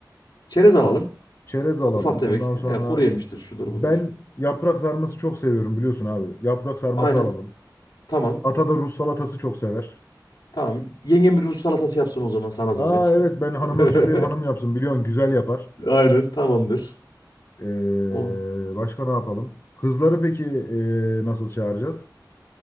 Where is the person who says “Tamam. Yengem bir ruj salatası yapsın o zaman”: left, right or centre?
Left